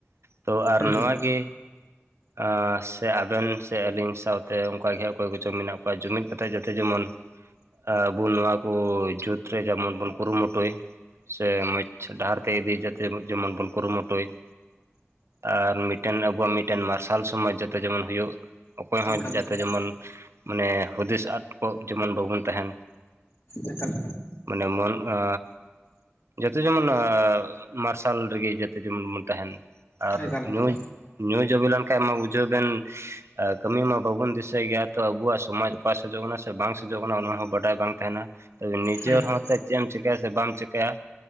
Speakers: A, on the right (about 75°); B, on the left (about 60°).
A: ᱛᱚ ᱟᱨ
B: ᱦᱩᱸ
A: ᱱᱚᱣᱟ
B: ᱦᱩᱸ
A: ᱜᱮ ᱟᱻ ᱥᱮ ᱟᱵᱮᱱ ᱥᱮ ᱟᱹᱞᱤᱧ ᱥᱟᱶᱛᱮ ᱚᱝᱠᱟᱜᱮ ᱦᱟᱸᱜ ᱚᱠᱚᱭ ᱠᱚᱪᱚᱝ ᱢᱮᱱᱟᱜ ᱠᱚᱣᱟ ᱡᱩᱢᱤᱫ ᱠᱟᱛᱮᱜ ᱡᱟᱛᱮ ᱡᱮᱢᱚᱱ ᱟᱵᱚ ᱱᱚᱣᱟ ᱠᱚ ᱡᱩᱛ ᱨᱮ ᱡᱮᱢᱚᱱ ᱵᱚᱱ ᱠᱩᱨᱩᱢᱩᱴᱩᱭ ᱥᱮ ᱢᱚᱡᱽ ᱰᱟᱦᱟᱨ ᱛᱮ ᱤᱫᱤ ᱡᱟᱛᱮ ᱡᱮᱢᱚᱱ ᱵᱚᱱ ᱠᱩᱨᱩᱢᱩᱴᱩᱭ ᱟᱨ ᱢᱤᱫᱴᱮᱱ ᱟᱵᱚᱣᱟᱜ ᱢᱤᱫᱴᱮᱱ ᱢᱟᱨᱥᱟᱞ ᱥᱚᱢᱟᱡᱽ ᱡᱟᱛᱮ ᱡᱮᱢᱚᱱ ᱦᱳᱭᱳᱜ ᱚᱠᱚᱭ ᱦᱚᱸ
B: ᱮᱠᱟᱞ
A: ᱡᱟᱛᱮ
B: ᱮᱠᱟᱞ
A: ᱡᱮᱢᱚᱱ ᱢᱟᱱᱮ ᱦᱩᱫᱤᱥ ᱟᱫ ᱠᱚᱜ ᱡᱮᱢᱚᱱ ᱵᱟᱵᱚᱱ ᱛᱟᱦᱮᱱ᱾
B: ᱮᱠᱟᱞ
A: ᱢᱟᱱᱮ ᱢᱚᱱ ᱟᱻ ᱡᱚᱛᱚ ᱡᱮᱢᱚᱱ ᱟᱻ ᱢᱟᱨᱥᱟᱞ ᱨᱮᱜᱮ ᱡᱚᱛᱚ ᱡᱮᱢᱚᱱ ᱵᱚᱱ ᱛᱟᱦᱮᱱ ᱟᱨ
B: ᱦᱩᱸ ᱮᱠᱟᱞ ᱮᱠᱟᱞ ᱮᱠᱟᱞ ᱮᱠᱟᱞ ᱮᱠᱟᱞ ᱮᱠᱟᱞ
A: ᱱᱩᱭ ᱱᱩᱭ ᱡᱚᱵᱤᱱᱮᱢ ᱠᱮ ᱢᱟ ᱵᱩᱡᱷᱟᱹᱣ ᱵᱮᱱ, ᱠᱟᱹᱢᱤ ᱢᱟ ᱵᱟᱵᱚᱱ ᱫᱤᱥᱟᱹᱭ ᱜᱮᱭᱟ ᱛᱚ ᱟᱵᱚᱣᱟᱜ ᱥᱚᱢᱟᱡ ᱚᱠᱟ ᱥᱮᱫᱚᱜ ᱠᱟᱱᱟ ᱥᱮ ᱥᱮ ᱵᱟᱝ ᱥᱮᱡᱚᱜ ᱠᱟᱱᱟ ᱚᱱᱟ ᱦᱚᱸ ᱵᱟᱰᱟᱭ ᱵᱟᱝ ᱛᱟᱦᱮᱱᱟ ᱛᱚᱵᱮ ᱱᱤᱡᱮᱨ
B: ᱦᱩᱸ ᱦᱩᱸ
A: ᱦᱚᱸ ᱛᱮᱡ ᱪᱮᱜ-ᱮᱢ ᱪᱤᱠᱟᱹᱭᱟ ᱥᱮ ᱵᱟᱢ ᱪᱤᱠᱟᱹᱭᱟ